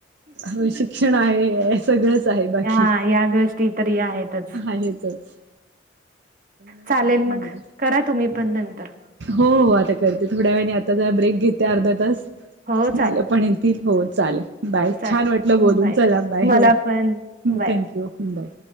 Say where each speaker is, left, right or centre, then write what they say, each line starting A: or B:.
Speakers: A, on the right; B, on the right.
A: ह श क्षण आहे सगळंच. आहे बाकी
B: या या गोष्टी तरी आहेतच
A: आहेतच. नवीन
B: चालेल
A: अनुभव
B: मग.
A: मिळतात.
B: करा तुम्ही पण नंतर.
A: हो हो. आता करते थोड्या वेळाने. आता जरा ब्रेक घेते अर्धा तास.
B: हो चालेल
A: पण त हो चालेल. बाय.
B: चालेल
A: छान वाटलं बोलून.
B: बाय
A: चला बाय.
B: मला
A: हो.
B: पण बाय
A: थँक्यू. बाय.